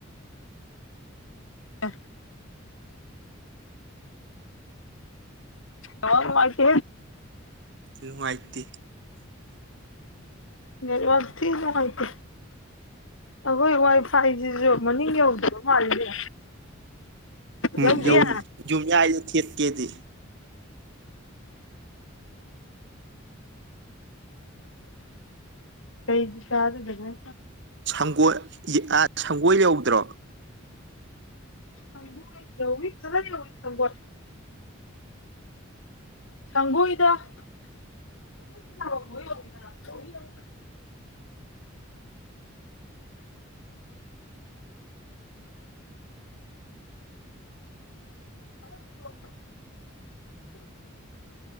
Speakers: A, on the left (about 75°); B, on the right (about 60°).
A: ꯑ ꯌꯥ ꯃꯥꯀꯦ
B: ꯅꯨꯉꯥꯏꯇ‌ꯦ
A: ꯅꯦꯠꯋꯔ ꯊꯤ ꯅꯨꯡꯉꯥꯏꯇꯦ ꯑꯩꯈꯣꯏ ꯋꯥꯏ ꯐꯥꯏꯁꯤꯁꯨ ꯃꯅꯤꯡ ꯌꯧꯗꯕ ꯃꯥꯜꯂꯤꯅꯦ
B: ꯌꯧ
A: ꯌꯧꯗꯤꯌꯦ
B: ꯌꯨ ꯌꯨꯝꯌꯥꯏꯗ ꯊ‌ꯦꯠ ꯀꯦꯗꯤ
A: ꯀꯩ ꯆꯥꯗꯗꯅ
B: ꯁꯪꯒꯣꯜ <unintelligible> ꯁꯪꯒ‌ꯣꯏ ꯌꯧꯗ꯭ꯔꯣ
A: ꯁꯪꯒ‌ꯣꯏ ꯌꯧꯏ <unintelligible> ꯁꯪꯒꯣꯏꯗ <unintelligible> <unintelligible>